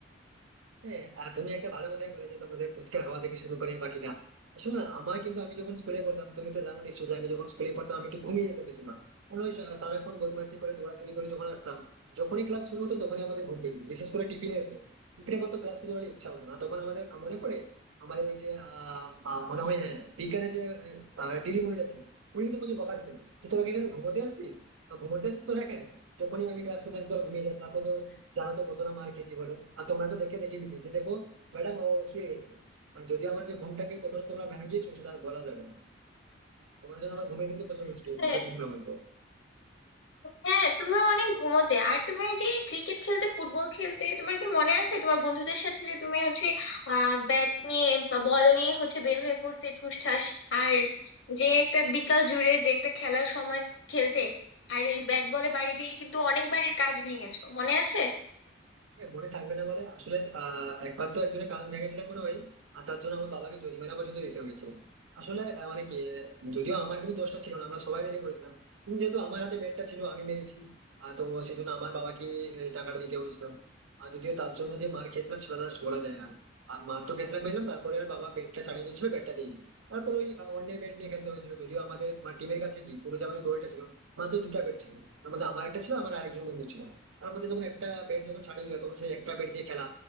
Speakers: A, on the right (about 85°); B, on the left (about 75°).
A: হ্যাঁ আর তুমি একটা ভালো কথাই বলে যে তোমাদের পুচকে হাওয়া থেকে শুরু করে বাকিটা আসলে না, আমার কিন্তু আমি যখন স্কুলে পড়তাম তুমি তো জানো নিশ্চয় যে আমি যখন স্কুলে পড়তাম আমি একটু ঘুমিয়ে যেতাম বেশিরভাগ কারণ ওই সা- সারাক্ষণ বদমাইশি করে দৌড়াদৌড়ি করে যখন আসতাম যখনই ক্লাস শুরু হতো তখনই আমাদের ঘুম পেয়ে যেত। বিশেষ করে টিফিনের পর টিফিনের পর তো ক্লাস করতে পারলে ইচ্ছা হতো না তখন আমাদের মনে পড়ে আমাদের ওই যে আহ, আহ, মনে হয় হ্যাঁ বিজ্ঞানের যে দিদিমণিটা ছিল উনি কিন্তু প্রচুর বকা দিতেন যে তোরা কি এখানে ঘুমোতে আসতিস বা ঘুমোতে আসতিস তোরা এখানে যখনই আমি ক্লাস করতে আসি তোরা ঘুমিয়ে যাস তারপর তো জানো তো কত না মার খেয়েছি বলো আর তোমরা তো ডেকে দেখিয়ে দিতে যে দেখো ম্যাডাম ও শুয়ে গেছে আর যদিও আমার যে ঘুমটাকে কতটা তোমরা ভাঙিয়েছো সেটা আর বলা যাবে না তোমার জন্য আমার ঘুমে কিন্তু প্রচুর নষ্ট হয়েছে
B: হ্যাঁ,
A: সত্যি কথা বলবো
B: হ্যাঁ তুমিও অনেক ঘুমোতে আর তুমি যে ক্রিকেট খেলতে ফুটবল খেলতে তোমার কি মনে আছে তোমার বন্ধুদের সাথে যে তুমি হচ্ছে আহ ব্যাট নিয়ে বা বল নিয়ে হচ্ছে বের হয়ে পড়তে ঠুসঠাস আর যে একটা বিকাল জুড়ে যে একটা খেলার সময় খেলতে আর এই ব্যাট বলে বাড়ি দিয়ে কিন্তু অনেক বাড়ির কাজ ভেঙেছো মনে আছে
A: হ্যাঁ, মনে থাকবে না বলে আসলে আহ একবার তো একজনের কাজ ভেঙেছিলাম মনে হয় আর তার জন্য আমার বাবাকে জরিমানা পর্যন্ত দিতে হয়েছে আসলে আহ, মানে কি আহ, যদিও আমার কিন্তু দোষটা ছিল না আমরা সবাই মিলে করেছিলাম কিন্তু যেহেতু আমার হাতে ব্যাটটা ছিল আমি মেরেছি আর তো সেই জন্য আমার বাবাকে এই টাকাটা দিতে হয়েছিল আর যদিও তার জন্য যে মার খেয়েছিলাম সেটা জাস্ট বলা যায় না আর মার তো খেয়েছিলাম খেয়েছিলাম তারপরে আর বাবা ব্যাটটা ছাড়িয়ে নিয়েছিল ব্যাটটা দেয়নি তারপর ওই আহ, অন্যের ব্যাট নিয়ে খেলতে হয়েছিল যদিও আমাদের আমার টিমের কাছে কি পুরো যে আমাদের দলটা ছিল মাত্র দুটো ব্যাট ছিল তার মধ্যে আমার একটা ছিল আমার আরেকজন বন্ধু ছিল তার মধ্যে যখন একটা ব্যাট যখন ছাড়িয়ে নিল তখন সেই একটা ব্যাট দিয়ে খেলা